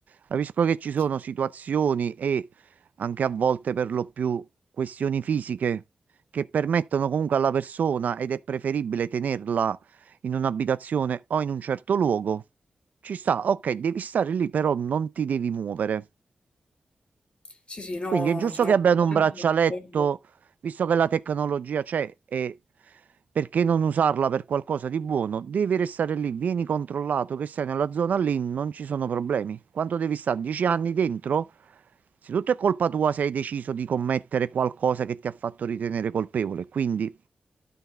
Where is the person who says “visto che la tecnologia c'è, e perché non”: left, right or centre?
Right